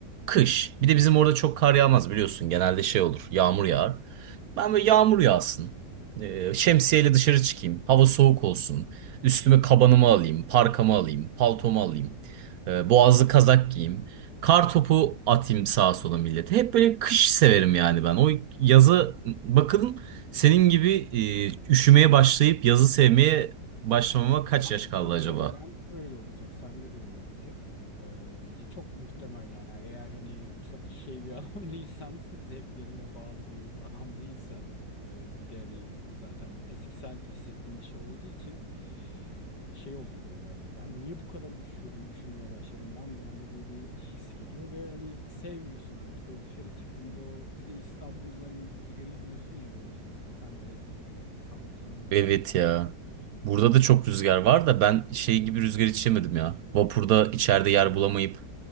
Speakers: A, on the right; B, on the left.
A: kış. Bir de bizim orada çok kar yağmaz biliyorsun. Genelde şey olur. Yağmur yağar. Ben böyle yağmur yağsın. Ee, şemsiyeyle dışarı çıkayım. Hava soğuk olsun. Üstüme kabanımı alayım, parkamı alayım, paltomu alayım. Ee, boğazlı kazak giyeyim. Kar topu atayım sağa sola millete. Hep böyle kış severim yani ben. O yazı bakın senin gibi e, üşümeye başlayıp yazı sevmeye başlamama kaç
B: Abi
A: yaş kaldı
B: muhtemelen
A: acaba?
B: öyle olacak. Sende de öyle olacak. Ee, çok muhtemel yani. Eğer hani çok şey bir <laughs> adam değilsen, zevklerine bağlı bir adam değilsen, e, bir de hani zaten hani fiziksel hissettiğim bir şey olduğu için şey oluyor böyle hani ben niye bu kadar üşüyorum, üşümeye başladım lan bir anda diye bir his geliyor ve hani sevmiyorsun artık o dışarı çıktığında o bir de İstanbul'da hani rüzgarı yiyorsun ya böyle suratına. Sen de tabii Samsun
A: Evet
B: falan
A: ya.
B: da yiyorsundur
A: Burada
B: o
A: da çok rüzgar var da ben şey gibi rüzgar içemedim ya. Vapurda içeride yer bulamayıp